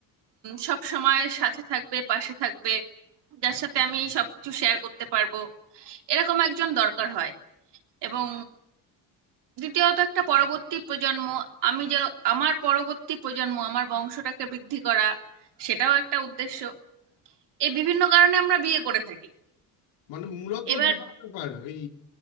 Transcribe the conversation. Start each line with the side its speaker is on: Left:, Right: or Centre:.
Right: সব সময় সাথে থাকবে পাশে থাকবে যার সাথে আমি সবকিছু শেয়ার করতে পারবো এরকম একজন দরকার হয় এবং দ্বিতীয়ত একটা পরবর্তী প্রজন্ম আমি যে আমার পরবর্তী প্রজন্ম আমার বংশটাকে বৃদ্ধি করা সেটাও একটা উদ্দেশ্য এই বিভিন্ন কারণে আমরা বিয়ে করে থাকি
Left: মানে মূলত
Right: এবার
Left: দুটো ব্যাপার এই